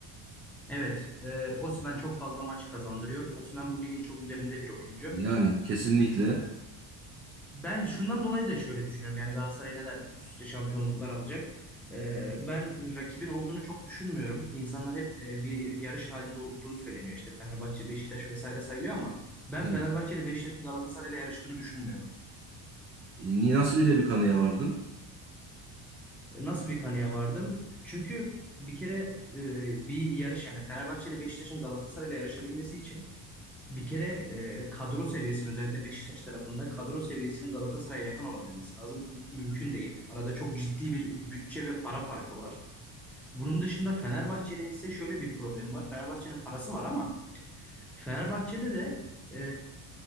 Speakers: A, in the centre; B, on the right.
A: Evet, e, Osimhen çok fazla maç kazandırıyor. Osimhen bu ligin çok üzerinde bir oyuncu.
B: Yani kesinlikle.
A: Ben şundan dolayı da şöyle düşünüyorum. Yani Galatasaray neden üst üste şampiyonluklar alacak? Ee, ben rakibin olduğunu çok düşünmüyorum. İnsanlar hep e, bir yarış halinde olduğu söyleniyor. İşte Fenerbahçe, Beşiktaş vesaire sayılıyor ama ben
B: Evet.
A: Fenerbahçe ile Beşiktaş'ın Galatasaray ile yarıştığını düşünmüyorum.
B: ni Nasıl bile bir kanıya vardın?
A: E, Nasıl bir kanıya vardım? Çünkü bir kere e, bir yarış yani Fenerbahçe ile Beşiktaş'ın Galatasaray ile yarışabilmesi için Bir kere e, kadro seviyesinin özellikle Beşiktaş tarafında kadro seviyesinin Galatasaray'a yakın olabilmesi lazım. Bu mü- mümkün değil. Arada çok ciddi bir bütçe ve para farkı var. Bunun dışında Fenerbahçe'nin ise şöyle bir problemi var. Fenerbahçe'nin parası var ama Fenerbahçe'de de e,